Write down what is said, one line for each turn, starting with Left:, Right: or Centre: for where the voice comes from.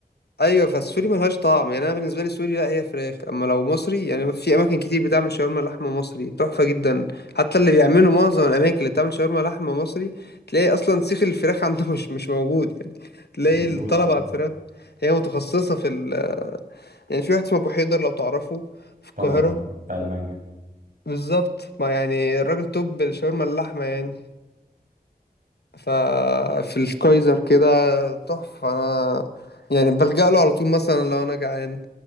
Left: ايوه فالسوري ملهاش طعم يعني انا بالنسبه لي سوري لا هي فراخ اما لو مصري يعني في اماكن كتير بتعمل شاورما لحمه مصري تحفه جدا حتى اللي بيعملوا معظم الاماكن اللي بتعمل شاورما لحمه مصري تلاقي اصلا سيخ الفراخ <laughs> عنده مش مش موجود يعني تلاقي
Right: مظبوط
Left: الطلب
Right: اه
Left: على الفراخ هي متخصصه في ال... يعني في واحد اسمه ابو حيدر لو تعرفه في القاهره
Right: طبعا اه بتاع المانجا
Left: بالظبط ما يعني الراجل توب الشاورما اللحمه يعني ففي الكايزر كده تحفه انا يعني بلجأ له على طول مثلا لو انا جعان